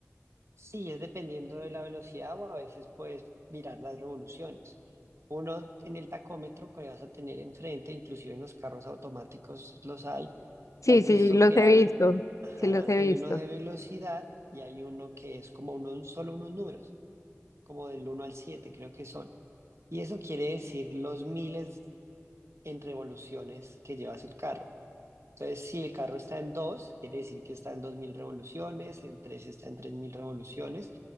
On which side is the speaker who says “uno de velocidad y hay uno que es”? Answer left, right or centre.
Right